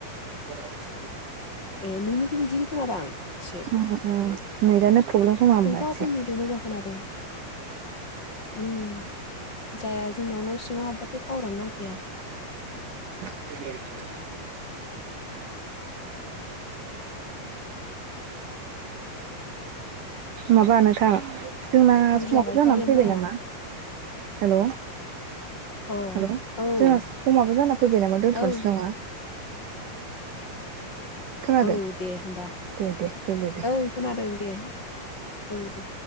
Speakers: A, on the right (about 65°); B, on the left (about 30°).
A: <inaudible>
B: ए नोंनिखौबो बिदिनौ खोनादां एसे।
A: ओ ओ नेटआनो प्रब्लेम खोमा होमबा
B: फंफा
A: एसे।
B: फंनैल' मोजां खोनादों उम जाया जोंनाव न' सिङाव हाबबाथ' टावारानो नांखाया
A: <inaudible> माबा नोंथां जोंना
B: बुरजा
A: समाबो
B: गायखागोन
A: जाना फैबाय
B: माइआ
A: नामा हेल'
B: अ
A: हेलौ
B: औ
A: जोंहा समाबो जाना फैबाय नामा दोनथ'नोसै
B: औ
A: नामा खोनादों
B: औ दे होनबा
A: दे दे दोनदो दे।
B: ओं खोनादों दे औ दे